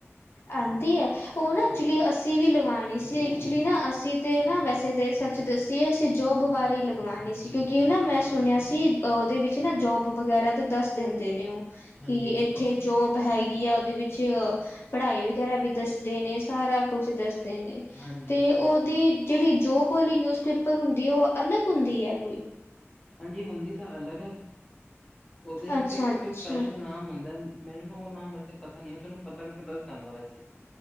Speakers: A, on the left; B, in the centre.
A: ਆਂਦੀ ਹੈ ਉਹ
B: ਹਾਂਜੀ
A: ਨਾ ਐਕਚੁਲੀ ਅਸੀਂ ਵੀ ਲਵਾਉਣੀ ਸੀ ਐਕਚੁਲੀ ਨਾ ਅਸੀਂ ਤੇ ਨਾ ਵੈਸੇ ਤੇ ਸੱਚ ਦੱਸੀਏ ਅਸੀਂ ਜੋਬ ਬਾਰੇ
B: ਹਾਂਜੀ
A: ਲਗਵਾਉਣੀ ਸੀ ਕਿਉਂਕਿ ਕਿ ਨਾ ਮੈਂ ਸੁਣਿਆ ਸੀ ਉਹਦੇ ਵਿੱਚ ਨਾ ਜੋਬ ਵਗੈਰਾ ਤੋਂ ਦੱਸ ਦਿੰਦੇ ਨੇ ਉਹ
B: ਹਾਂਜੀ
A: ਕਿ
B: ਹਾਂਜੀ
A: ਇੱਥੇ ਜੋਬ ਹੈਈ ਗੀ ਆ ਉਹਦੇ ਵਿੱਚ ਪੜ੍ਹਾਈ ਵਗੈਰਾ ਵੀ ਦੱਸਦੇ ਨੇ ਸਾਰਾ ਕੁਛ ਦੱਸ ਨੇ ਤੇ
B: ਹਾਂਜੀ
A: ਤੇ
B: ਹਾਂਜੀ
A: ਉਹਦੀ ਜਿਹੜੀ ਜੋਬ ਔਲੀ ਨਿਊਜ਼ਪੇਪਰ ਹੁੰਦੀ ਉਹ ਅਲੱਗ ਹੁੰਦੀ ਹੈ ਕੋਈ
B: ਹਾਂਜੀ ਹੁੰਦੀ ਤਾਂ ਅਲੱਗ, ਉਹਦੇ
A: ਅੱਛਾ
B: ਤੇ ਤਾਂ
A: ਅੱਛਾ
B: ਕੋਈ ਸਪੈਸ਼ਲ ਨਾਮ ਹੂੰਦਾ ਮੈਨੂੰ ਨਾ ਉਹ ਨਾਮ ਵੈਸੇ ਪਤਾ ਨੀ ਮੈਂ ਤੁਹਾਨੂੰ ਪਤਾ ਕਰਕੇ ਦੱਸ ਦਾਂਗਾ ਵੈਸੇ,